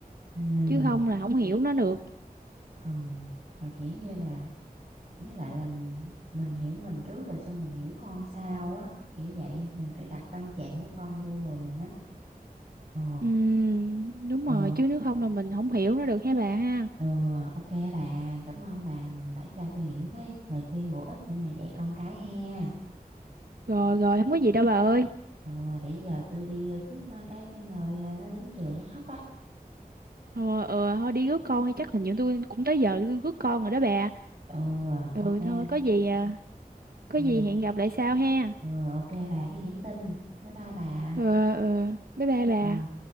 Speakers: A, on the right; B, on the right.
A: ừ
B: chứ không là không hiểu nó được
A: ừ mà kiểu như là với lại là m- mình hiểu mình trước rồi xong mình hiểu con sau á kiểu vậy mình phải đặt tâm trạng của con vô người mình á ờ
B: ừ, đúng
A: ờ
B: rồi chứ nếu không là mình không hiểu nó được hả bà ha
A: ừ ok bà cảm ơn bà đã cho tôi những cái lời khuyên bổ ích để mà dạy con cái ha
B: Rồi rồi không có gì đâu bà ơi
A: Ừ, để giờ tôi đi ờ, rước nó cái chứ rồi ờ, nó đứng trường nó khóc á.
B: Ờ ờ thôi đi rước con đi Chắc hình như tôi cũng tới giờ tôi rước con rồi đó bà
A: Ừ,
B: Ừ
A: ok bà.
B: thôi có gì à, Có
A: Ừ,
B: gì hẹn gặp lại sau ha
A: ừ, ok bà cái nhắn tin. Bye bye bà.
B: Ờ ờ bye bye bà
A: Ờ.